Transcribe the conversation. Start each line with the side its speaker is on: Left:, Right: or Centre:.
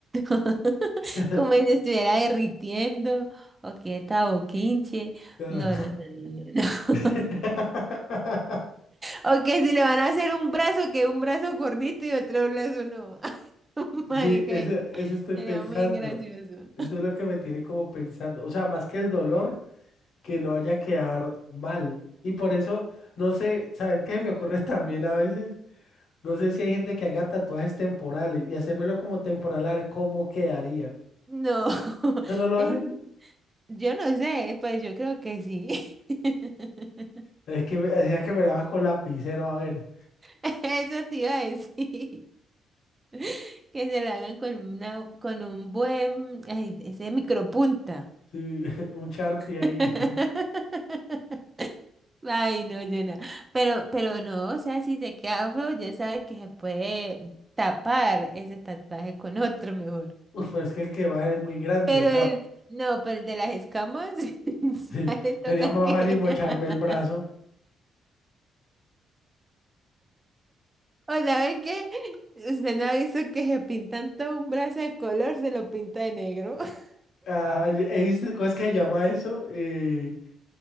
Right: <laughs>
Left: <laughs>
Right: como si se estuviera derritiendo o quede toda boquinche?
Left: No.
Right: No, no, no, no, no. no. <laughs>
Left: <laughs>
Right: O que si le van a hacer un brazo, que un brazo gordito y otro brazo no. <laughs> Marica,
Left: Sí, eso,
Right: sería
Left: eso estoy
Right: sería
Left: pensando.
Right: muy gracioso.
Left: Eso es lo que me tiene como pensando. O sea, más que el dolor. que no vaya a quedar mal. Y por eso, no sé, ¿sabes qué <laughs> me ocurre también a veces? No sé si hay gente que haga tatuajes temporales y hacérmelo como temporal a ver cómo quedaría.
Right: No, <laughs>
Left: ¿Eso no lo hacen?
Right: es- yo no sé, pues yo creo que sí. <laughs>
Left: Es que me, decía que me lo haga con lapicero, a ver.
Right: Eso te iba a decir, <laughs> que se la hagan con una, con un buen, ay, ese micropunta.
Left: Sí, <laughs> un Sharpie ahí.
Right: <laughs> Ay, no, yo no. Pero, pero no, o sea, si te queda feo, ya sabes que se puede tapar ese tatuaje con otro mejor.
Left: <laughs> Uf, pero es que el que va a ser es muy grande,
Right: Pero
Left: o sea,
Right: el, no, pero el de las escamas, <laughs>
Left: <laughs>
Right: a le toca
Left: sería más
Right: que.
Left: fácil mocharme
Right: <laughs>
Left: el brazo.
Right: O ¿saben qué? Usted no ha visto que se pintan todo un brazo de color, se lo pinta de negro. <laughs>
Left: Ah, y- he visto, ¿cómo es que se llama eso? Eh,